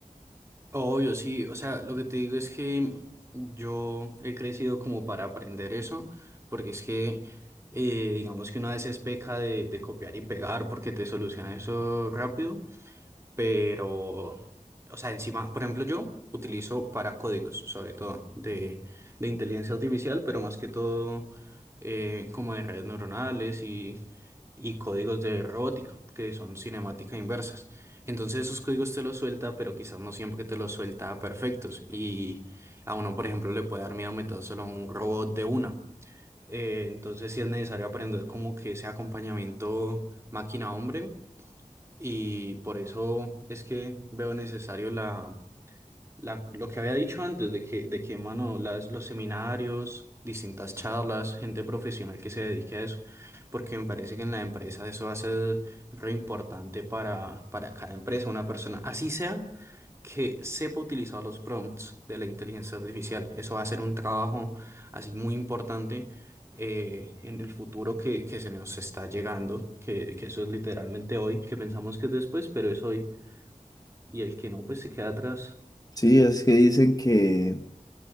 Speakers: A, on the right; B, on the left.
A: Obvio, sí. O sea, lo que te digo es que yo he crecido como para aprender eso, porque es que, eh, digamos que una vez es peca de, de copiar y pegar porque te soluciona eso rápido, pero, o sea, encima, por ejemplo, yo utilizo para códigos, sobre todo, de, de inteligencia artificial, pero más que todo eh, como de redes neuronales y códigos de robótica, que son cinemáticas inversas. Entonces esos códigos te los suelta, pero quizás no siempre te los suelta perfectos. Y a uno, por ejemplo, le puede dar miedo meter solo a un robot de una. Eh, entonces sí es necesario aprender como que ese acompañamiento máquina-hombre. Y por eso es que veo necesario la la- lo que había dicho antes de que, de que, mano, las, los seminarios, distintas charlas, gente profesional que se dedique a eso, porque me parece que en la empresa eso va a ser re importante para, para cada empresa, una persona, así sea que sepa utilizar los prompts de la inteligencia artificial. Eso va a ser un trabajo así muy importante eh, en el futuro que, que se nos está llegando, que, que eso es literalmente hoy, que pensamos que es después, pero es hoy, y el que no, pues se queda atrás.
B: Sí, es que dicen que